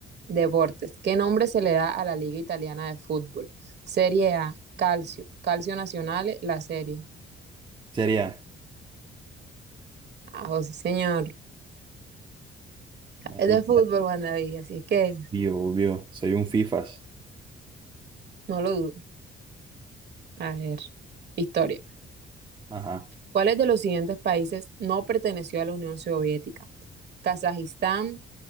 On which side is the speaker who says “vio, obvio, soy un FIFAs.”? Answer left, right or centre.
Right